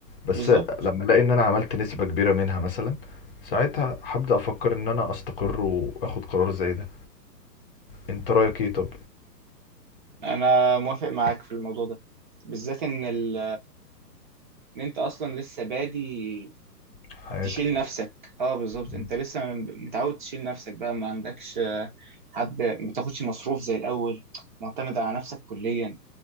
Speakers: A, on the left; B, on the right.
A: بس
B: بالظبط
A: لما الاقي ان انا عملت نسبة كبيرة منها مثلا ساعتها هبدأ افكر ان انا استقر واخد قرار زي ده انت رأيك ايه طب
B: انا موافق معاك في الموضوع ده بالذات ان ال... ان انت اصلا لسه بادي
A: حياتك
B: تشيل نفسك اه بالظبط
A: مم.
B: انت لسه متعود تشيل نفسك بقى ما عندكش آه، حد ما بتاخدش مصروف زي الاول معتمد على نفسك كليا